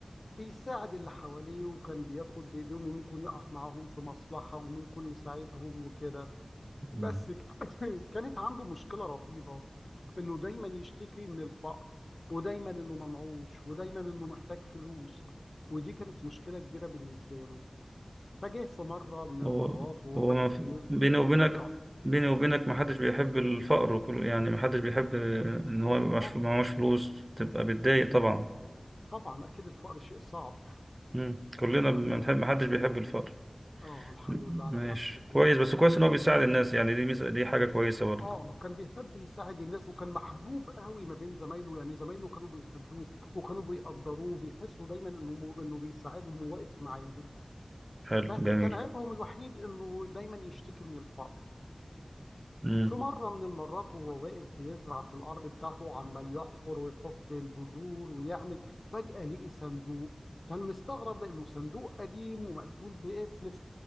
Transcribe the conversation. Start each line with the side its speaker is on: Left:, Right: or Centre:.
Left: بيساعد اللي حواليه وكان بياخد بإيديهم وممكن يقف معاهم في مصلحة وممكن يساعدهم وكده بس
Right: مم.
Left: ك- <laughs> كانت عنده مشكلة رهيبة انه دايما يشتكي من الفقر ودايما انه منعوش ودايما انه محتاج فلوس ودي كانت مشكلة كبيرة بالنسبة له فجاه في مرة من المرات
Right: هو
Left: وهو
Right: هو
Left: واقف
Right: ما في-
Left: بيز-
Right: بيني وبينك
Left: بيزعل
Right: بيني وبينك ما حدش بيحب الفقر وكل يعني ما حدش بيحب ان هو يبقى معهوش
Left: طب
Right: معهوش فلوس تبقى بتضايق طبعا
Left: طبعا اكيد الفقر شيء صعب
Right: مم. كلنا
Left: الحمد
Right: بنحب
Left: لله
Right: ما حدش بيحب الفقر
Left: اه الحمد
Right: م-
Left: لله على
Right: ماشي
Left: نعمة الايه
Right: كويس بس كويس ان هو بيساعد الناس يعني دي ميزة دي حاجة كويسة برضه
Left: اه كان بيحب يساعد الناس وكان محبوب قوي ما بين زمايله يعني زمايله كانوا بيحبوه وكانوا بيقدروه بيحسوا دايما انه انه بيساعدهم وواقف معاهم
Right: حلو
Left: بس
Right: جميل
Left: كان عيبهم الوحيد انه دايما يشتكي من الفقر
Right: مم.
Left: في مرة من المرات وهو واقف بيزرع في الأرض بتاعته عمال يحفر ويحط البذور ويعمل فجأة لقي صندوق كان مستغرب لأنه صندوق قديم ومقفول بقفل